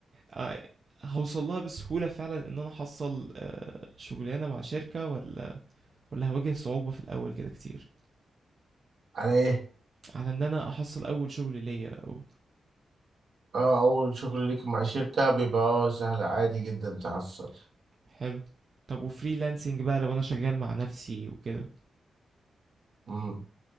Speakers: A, on the right (about 45°); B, on the right (about 70°).
A: آه، هوصل لها بسهوله فعلا ان انا احصل آه، شغلانه مع شركه ولا ولا هواجه صعوبه في الاول كده كتير
B: على ايه
A: على ان انا احصل اول شغل ليا او
B: اه اول شغل ليك مع شركة بيبقى اه سهل عادي جدا تحصل
A: حلو طب وفريلانسنج بقى لو انا شغال مع نفسي وكده
B: مم.